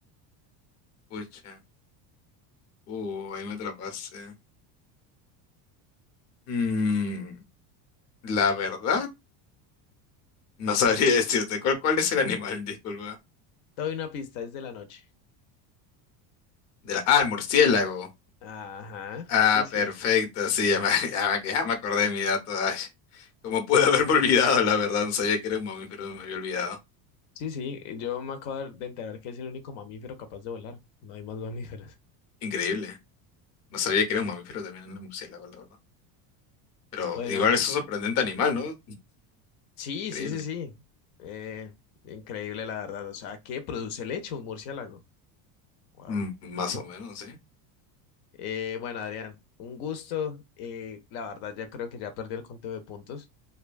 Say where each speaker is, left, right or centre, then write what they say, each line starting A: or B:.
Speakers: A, on the left (about 35°); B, on the left (about 75°).
A: Pucha, uh, ahí me atrapaste. Mm, la verdad, no sabría <laughs> decirte. ¿Cuál, cuál es el animal? Disculpa.
B: Te doy una pista, es de la noche.
A: De la- ah, murciélago.
B: Ajá.
A: Ah,
B: Sí, sí.
A: perfecto, sí, ya me, <laughs> ya me- ya me acordé de mi dato. Ay, cómo pude haberme olvidado, la verdad. No sabía que era un mamífero, me había olvidado.
B: Sí, sí, yo me acabo de enterar que es el único mamífero capaz de volar. No hay más mamíferos. <laughs>
A: Increíble. No sabía que era un mamífero también un murciélago, la verdad. Pero
B: Bueno,
A: igual es un sorprendente animal, ¿no?
B: Sí,
A: Increíble.
B: sí, sí, sí. Eh, increíble, la verdad. O sea, ¿qué produce leche un murciélago? Wow.
A: Mm, Más o menos, sí.
B: Eh, bueno, Adrián, un gusto. Eh, la verdad, ya creo que ya perdí el conteo de puntos,